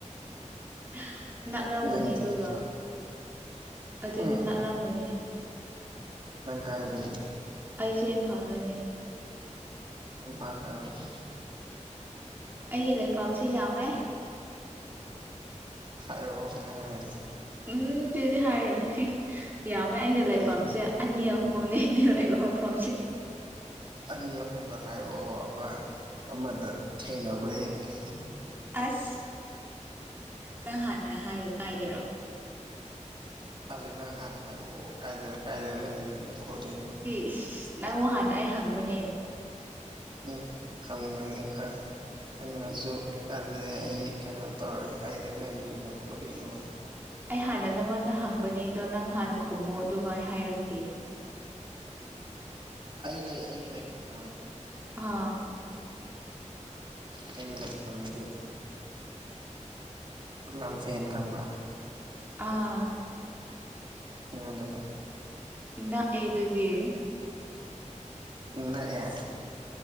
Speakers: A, on the right (about 15°); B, on the right (about 40°).
A: <inaudible> ꯅꯛꯂꯝꯝꯒꯅꯤ
B: ꯅꯪꯗꯤ
A: ꯑꯗꯨꯒ ꯑꯗꯨꯗꯤ
B: ꯎꯝ
A: ꯅꯛꯔꯝꯒꯅꯤ
B: ꯀꯥꯏ ꯔꯁꯤ
A: ꯑꯩꯁꯨ ꯏꯝꯐꯥꯜꯗꯅꯦ
B: ꯎꯝ ꯐ ꯇ꯭ꯔꯦ ꯐꯗꯦ
A: ꯑꯩꯒꯤ ꯂꯩꯐꯝꯁꯦ ꯌꯥꯝꯃꯦ
B: ꯍꯥꯏꯔ ꯀꯥꯏ ꯍꯥꯏꯥꯏ ꯇ
A: ꯎꯝ ꯑꯗꯨꯗꯤ ꯍꯥꯏꯔꯣꯏ ꯌꯥꯝꯃꯦ ꯑꯩꯅ ꯂꯩꯐꯝꯁꯦ
B: ꯀꯩꯒꯤ
A: ꯑꯅꯤ ꯑꯍꯨꯝꯅꯦꯅꯦ ꯂ ꯂꯩꯕ ꯃꯐꯝꯁꯦ
B: ꯑꯅꯤ ꯑꯍꯨꯝꯗꯣ ꯍꯥꯏꯔꯛꯑꯣ ꯑꯃ ꯑꯃꯗ ꯊꯦꯡꯅꯕ꯭ꯔꯥꯡꯒꯡ
A: ꯑꯁ ꯅꯪ ꯍꯥꯟꯅ ꯍꯥꯏꯌꯨ ꯀꯥꯏꯗꯔꯣ
B: ꯑꯗꯨ ꯅꯪ ꯍꯥꯟꯅ ꯍꯥꯏꯔꯛꯑꯣ ꯀꯥꯏꯗ ꯀꯥꯏꯗ ꯂꯩꯔꯤꯅꯣ ꯈꯣꯠꯂꯤꯅꯣ
A: ꯏꯁ ꯅꯪ ꯍꯥꯟꯅ ꯑꯩ ꯍꯪꯕꯅꯦ
B: ꯎꯝ ꯍꯪꯕꯅꯦ ꯍꯪ ꯍꯪꯉꯁꯨ ꯑꯗꯨꯅꯦ ꯑꯩ ꯀꯩꯅꯣ ꯇꯧꯔꯒ ꯀꯥꯏꯗ ꯂꯩꯔꯤꯅꯣ ꯈꯣꯠꯂꯤꯅꯣ
A: ꯑꯩ ꯍꯥꯟꯅ ꯅꯪꯉꯣꯟꯗ ꯍꯪꯕꯅꯦ ꯑꯗꯣ ꯅꯪ ꯍꯥꯟꯅ ꯈꯨꯝꯃꯨ ꯑꯗꯨꯒ ꯑꯩ ꯍꯥꯏꯔꯛꯀꯦ꯫
B: ꯑꯩ ꯂꯩ ꯑꯩꯒꯤ ꯂꯩꯐꯝꯅ ꯑꯃ
A: ꯑꯥ
B: ꯑꯩꯒꯤ ꯂꯩꯐꯝꯗꯤ ꯂꯝꯐꯦꯟ ꯈꯪꯕ꯭ꯔꯥ
A: ꯑꯥ
B: ꯎꯝ ꯑꯗꯨꯗ
A: ꯅ ꯑꯦ ꯑꯗꯨꯗꯤ
B: ꯅꯥꯀꯑꯥ